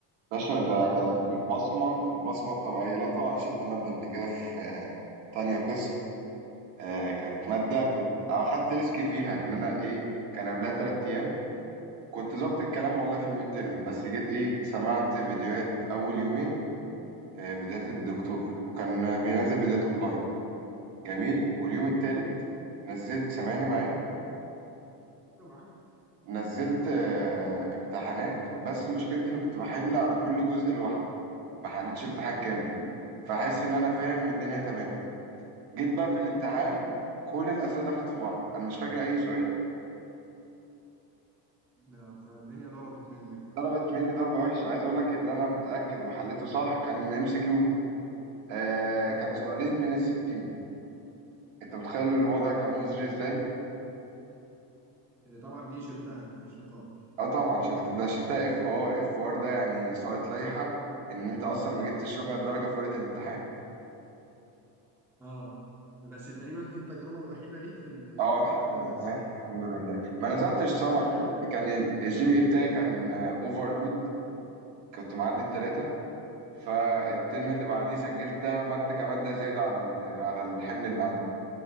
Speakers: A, on the right (about 80°); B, in the centre.
A: باشا ده
B: انت ايه الاخبار
A: ده البصمه البصمه الطبيعيه لا طبعا شلت ماده قبل كده في آه، تانية قسم آه، كانت ماده
B: اه
A: كنت اخدت ريسك فيها ان انا ايه كان قبلها تلات ايام كنت ظابط الكلام والله في الميد تيرم بس جيت ايه سمعت فيديوهات اول يومين آه، فيديوهات الدكتور وكان بينزل فيديوهات اونلاين جميل واليوم التالت نزلت سامعني معايا
B: أيوة معاك
A: نزلت آه، امتحانات بس مشكلتي اني كنت بحل على كل جزء لوحده ما حلتش امتحان كامل
B: مم.
A: فحس ان انا فاهم والدنيا تمام جيت بقى في الامتحان
B: ايوه
A: كل الاسئله دخلت في بعض انا مش فاكر اي سؤال
B: آه، فالدنيا ضربت منك بقى
A: ضربت مني
B: مم.
A: ضربه وحشه عايز اقول لك اللي انا متاكد وحلته صح كان ام سي كيو آه
B: يا
A: كان
B: نهار
A: سؤالين
B: ابيض
A: من الستين انت متخيل الوضع كان
B: اه
A: مزري ازاي
B: إيه، طبعا دي شلتها مفيش نقاش
A: اه طبعا شلت ده شلتها اف ار اف ار ده يعني سقط لائحة ان انت اصلا ما جبتش ربع الدرجة في ورقة الامتحان
B: اه بس تقريبا دي التجربه الوحيده ليك في ال...
A: اه
B: في ان
A: الحمد
B: انت تنزل
A: لله
B: سمر في
A: الحمد
B: الجامعه
A: لله ما نزلتش سمر
B: طب حلو يعني
A: كان الجي بي اي بتاعي كان اوفرلود كنت معدي التلاتة فالترم اللي بعديه سجلتها مادة كمادة زيادة على ال- على الحمل اللي عندي